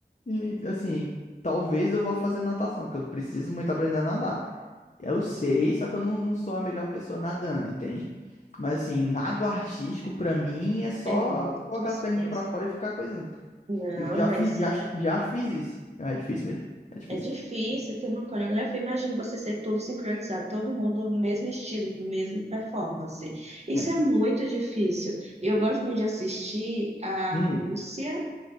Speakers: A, on the left; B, on the right.
A: e, assim, talvez eu vá fazer natação, porque eu preciso muito aprender a nadar. Eu sei, só que eu não, não sou a melhor pessoa nadando, entende? Mas assim, nado artístico pra mim é só
B: É muito
A: colocar
B: esforço.
A: as perninhas pra fora e ficar coisando.
B: Não,
A: E Já
B: mas
A: fiz, já, che- já fiz isso. É difícil mesmo. É difícil.
B: é difícil ter uma coreografia. Imagine você ser todo sincronizado, todo mundo no mesmo estilo, no mesmo performance. Isso
A: É.
B: é muito difícil. Eu gosto muito de assistir a
A: Hum,
B: Rússia